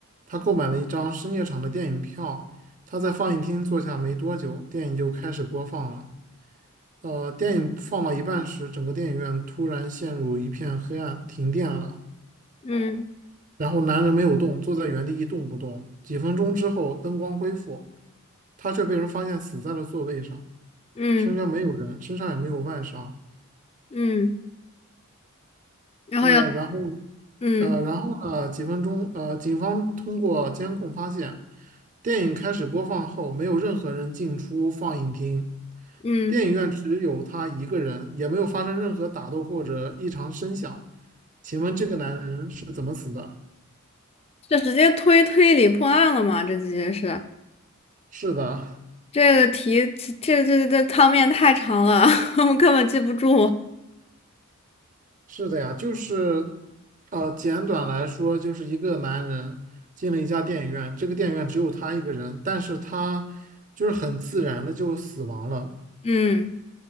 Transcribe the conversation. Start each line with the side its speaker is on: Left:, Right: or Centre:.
Right: 他购买了一张深夜场的电影票。他在放映厅坐下没多久，电影就开始播放了。呃，电影放到一半时，整个电影院突然陷入一片黑暗，停电了。
Left: 嗯
Right: 然后男人没有动，坐在原地一动不动。几分钟之后，灯光恢复。他却被人发现死在了座位上，
Left: 嗯
Right: 身边没有人，身上也没有外伤。
Left: 嗯，然后要
Right: 呃，然后，
Left: 嗯
Right: 呃，然后呢？几分钟，呃，警方通过监控发现，电影开始播放后，没有任何人进出放映厅，
Left: 嗯，
Right: 电影院只有他一个人，也没有发生任何打斗或者异常声响。请问这个男人是怎么死的？
Left: 这直接推推理破案了嘛？这直接是
Right: 是的，
Left: 这个题，这这这汤面太长了，<laughs> 我根本记不住。
Right: 是的呀，就是，呃，简短来说，就是一个男人进了一家电影院，这个电影院只有他一个人，但是他就是很自然的就死亡了，
Left: 嗯